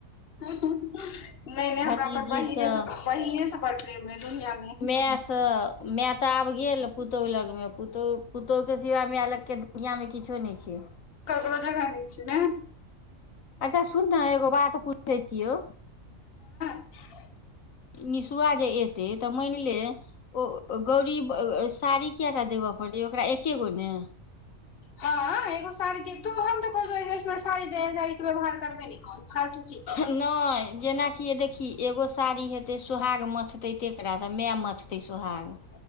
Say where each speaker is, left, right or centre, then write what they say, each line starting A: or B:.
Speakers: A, on the left (about 50°); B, on the left (about 75°).
A: नहि नहि हमरा
B: भतीजीसँ
A: अपन बहिनेसँ बहिनेसँ बड़ प्रेम अय दुनियाँ
B: मे सँ मे तऽ आब गेल पुतहु लगमे पुतहु पुतहुके सिवा मे लगके दुनियाँमे किछो नहि छै
A: ककरो जगह नहि छै ने
B: अच्छा सुन ने एगो बात पूछै छियौ
A: <inaudible>
B: निसुआ जे एतै तऽ मानि लेल ओ गौरी साड़ी कए टा देबय पड़ै ओकरा एके गो ने
A: हँ एगो साड़ीके तू हम त कहलियो इसे निक साड़ी देबे के व्यवहार करबे ने कर फालतू चीज तू करबही
B: नहि जेनाकि देख ही एगो साड़ी हेतै सोहाग मथतै तेकरा तऽ मे मथतै सोहाग